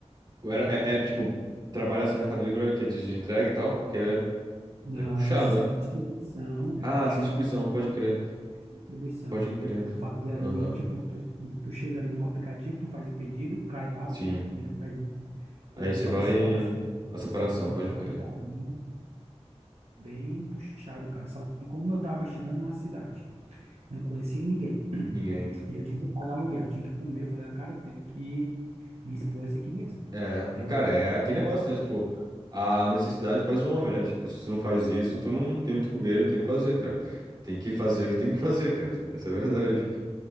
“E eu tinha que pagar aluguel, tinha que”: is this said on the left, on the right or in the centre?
Right